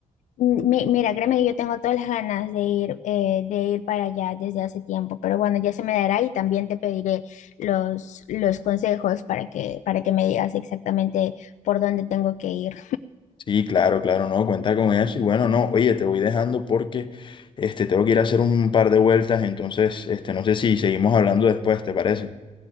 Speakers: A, on the left; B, on the left.
A: Mi- Mira, créeme que yo tengo todas las ganas de ir, eh, de ir para allá desde hace tiempo, pero bueno, ya se me dará y también te pediré los, los consejos para que, para que me digas exactamente por dónde tengo que ir.
B: Sí, claro, claro, no, cuenta con eso. Y bueno, no, oye, te voy dejando porque este, tengo que ir a hacer un par de vueltas, entonces este, no sé si seguimos hablando después, ¿te parece?